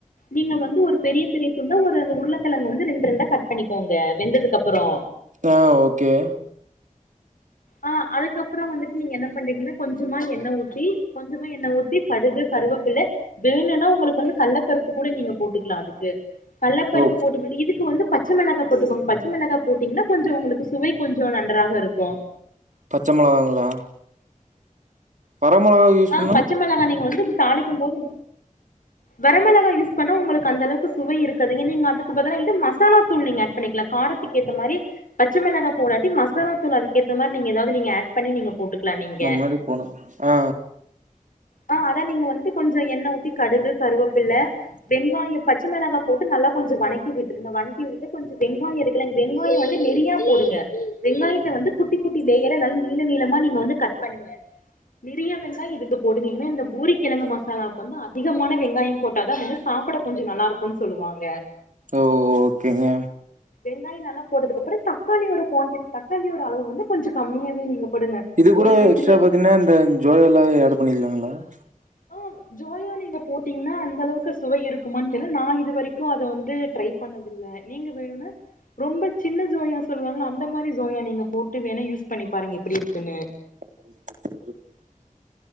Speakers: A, on the left (about 85°); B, on the right (about 65°).
A: நீங்க வந்து ஒரு பெரிய பெரிய துண்டா ஒரு உருளக்கெழங்கு வந்து ரெண்டு ரெண்டா கட் பண்ணிக்கோங்க வெந்ததுக்கப்ரோ
B: ஆஹ் ஓகே
A: ஆ அதுக்கப்ரொ வந்துட்டு நீங்க என்ன பண்றிங்கன்னா கொஞ்சமா எண்ண ஊத்தி கொஞ்சமா எண்ண ஊத்தி கடுகு கருவேப்பிலை வேணுன்னா உங்களுக்கு வந்து கள்ளப்பருப்பு கூட நீங்க போட்டுக்லா அதுக்கு கள்ளப்பருப்பு
B: ஓ
A: போட்டுவிட்டு இதுக்கு வந்து பச்சை மிளகா போட்டுக்கோங்க பச்சை மிளகா போட்டீங்ன்னா கொஞ்சொ உங்களுக்கு சுவை கொஞ்சொ நன்றாக இருக்கு
B: பச்சை மொளகாங்களா வரமொளகா யூஸ்
A: ஆ
B: பண்ணா
A: பச்ச மிளகா நீங்க வந்து தாளிக்கும் போது வரமிளகா யூஸ் பண்ணா உங்களுக்கு அந்தளவுக்கு சுவை இருக்காது நீங்க அதுக்கு பதிலா வந்து மசாலா தூள் நீங்க ஆட் பண்ணிக்லா கராத்துக்கேத்தா மாரி பச்சமெளகா போடாட்டி மசாலா தூள் அதுக்கேத்த மாரி நீங்க ஏதாவது நீங்க ஆட் பண்ணி நீங்க போட்டுக்கலா நீங்க
B: நா முன்னாடி போன ஆ
A: ஆஹ் அதா நீங்க வந்துட்டு கொஞ்சொ எண்ண ஊத்தி கடுகு கருவேப்பில்ல வெங்காய பச்சை மிளகா போட்டு நல்லா கொஞ்சொ வதக்கி விட்டுருங்க வணக்கி விட்டுட்டு கொஞ்சொ வெங்காய இருக்கலங்க வெங்காய வந்து நெறையா போடுங்க வெங்காயத்த வந்து குட்டி குட்டி லேயரா நல்லா நீள நீளமா நீங்க வந்து கட் பண்ணுங்க நிறைய வெங்காய இதுக்கு போடுனிங்கனா இந்த பூரி கிழங்கு மசாலாவுக் வந்து அதிகமான வெங்காய போட்டாதா வந்து சாப்புட கொஞ்சோ நல்லா இருக்குனு சொல்வாங்க
B: ஓஹோ ஓகேங்க
A: வெங்காய நல்லா போடுதுக்குப்பற தக்காளியோட குவான்ட் தக்காளியோட அளவு வந்து கொஞ்சோ கம்மியாவே நீங்க போடுங்க
B: இது கூட
A: ஒரு ரெண்டுல
B: எக்ஸ்ட்ரா பாத்தீனா இந்த ஜோய எல்லா ஆட் பண்ணிலாங்களா ஆ
A: ஆ ஜோயோ நீங்க போட் டீங்னா அந்த அளவுக்கு சுவை இருக்குமான் நா இது வரைக்கு அத வந்து ட்ரை பண்ணதில்ல நீங்க வேணுனா ரொம்ப சின்ன ஜோயா சொல்லுவாங்ள அந்த மாரி ஜோயா நீங்க போட்டு வேணா யூஸ் பண்ணி பாருங்க எப்புடி இருக்குனு
B: <unintelligible>